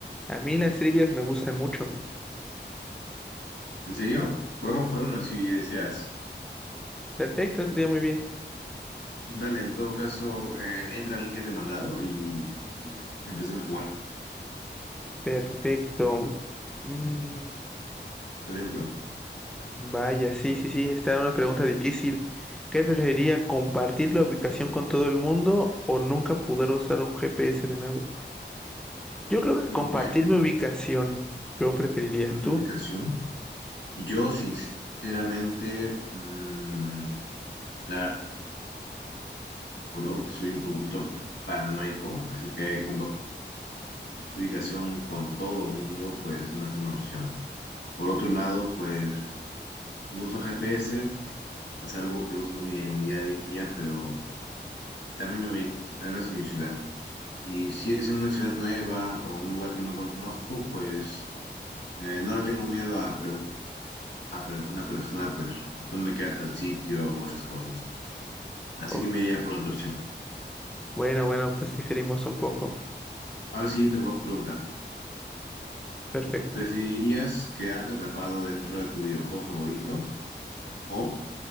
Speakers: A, in the centre; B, on the left.
A: A mí las trivias me gustan mucho.
B: ¿En serio? Podemos jugar uno si deseas.
A: Perfecto, estaría muy bien.
B: Dale, en todo caso, eh, entra al link que te he mandado y, y empecemos a jugar.
A: Perfecto. Mm,
B: ¿Está dentro?
A: vaya, sí, sí, sí, está una pregunta difícil. ¿Qué preferiría, compartir la ubicación con todo el mundo o nunca poder usar un GPS de nuevo? Yo creo que
B: Mm,
A: compartir
B: Bueno,
A: mi ubicación, yo preferiría.
B: por
A: ¿Tú?
B: tu ubicación. Yo, sinceramente, mm, la verdad, juro, soy un poquito paranoico, así que con ubicación con todo mundo, pues no es una opción. Por otro lado, pues no uso GPS, es algo que uso en mi, en mi día a día, pero también me ubico, al menos en mi ciudad. Y si es en una ciudad nueva o en un lugar que no conozco, pues eh, no le tengo miedo a preguntar a persona a persona, pues, dónde queda tal sitio o esas cosas. Así
A: Oh,
B: que me iría por la otra opción.
A: bueno, bueno, pues diferimos un poco.
B: Ahora sí yo te voy a preguntar,
A: Perfecto.
B: ¿preferirías quedarte atrapado dentro de tu videojuego favorito o